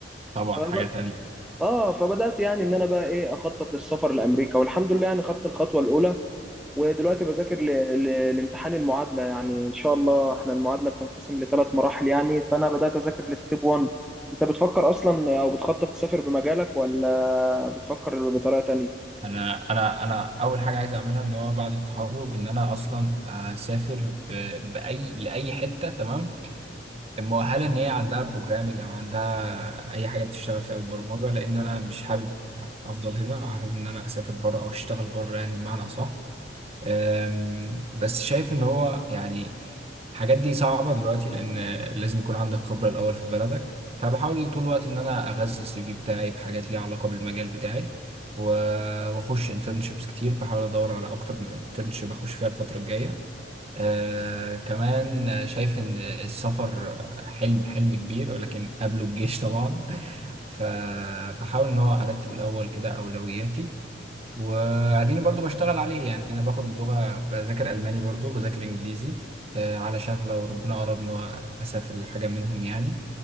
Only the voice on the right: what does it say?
طبعا
حاجة تانية
أنا أنا أنا أول حاجة عايز أعملها إن هو بعد التخرج إن أنا أصلا أسافر ب- بأي لأي حتة تمام مؤهله ان هي عندها بروجرامنج او عندها اي حاجه بتشتغل فيها بالبرمجه لان انا مش حابب افضل هنا حابب ان انا اسافر بره او اشتغل بره يعني بمعنى اصح أم، بس شايف ان هو يعني الحاجات دي صعبه دلوقتي لان لازم يكون عندك خبره الاول في بلدك فبحاول طول الوقت ان انا اغذي السي في بتاعي بحاجات ليها علاقه بالمجال بتاعي و- واخش انترنشيبس كتير بحاول ادور على اكتر من انترنشيب اخش فيها الفتره الجايه آه كمان شايف إن السفر حلم حلم كبير ولكن قبله الجيش طبعا <laughs> فبحاول إن هو أرتب الأول كده أولوياتي وقاعدين برضو بشتغل عليه يعني أنا باخد لغة بذاكر ألماني برضو بذاكر إنجليزي آه علشان لو ربنا أراد إن هو أسافر لحاجة منهم يعني